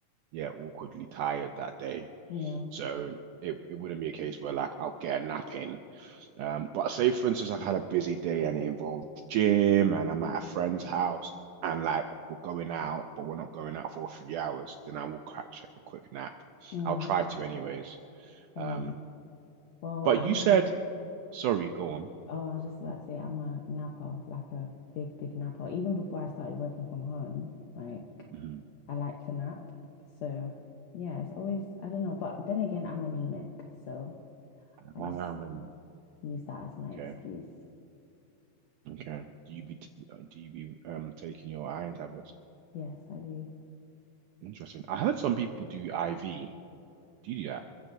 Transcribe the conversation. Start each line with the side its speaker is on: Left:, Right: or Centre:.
Right: yeah, awkwardly tired that day.
Left: yeah.
Right: So it, it wouldn't be a case where like I'll get a nap in um, but say for instance, I've had a busy day and it involves gym and I'm at a friend's house and like we're going out, but we're not going out for three hours, then I will catch a quick nap.
Left: Mm,
Right: I'll try to anyways.
Left: yeah.
Right: Um,
Left: Well,
Right: but
Left: I'm
Right: you said,
Left: uh,
Right: sorry, go on.
Left: Oh, I was just about to say I'm a napper, like a big, big napper. Even before I started working from home, like
Right: Mhm.
Left: I like to nap. So yeah, it's always, I don't know. But then again, I'm anemic. So I
Right: Um,
Left: just use that as my
Right: okay,
Left: excuse.
Right: okay. Do you be do you be um taking your iron tablets?
Left: Yes, I do.
Right: Interesting. I heard some people do IV. Do you do that?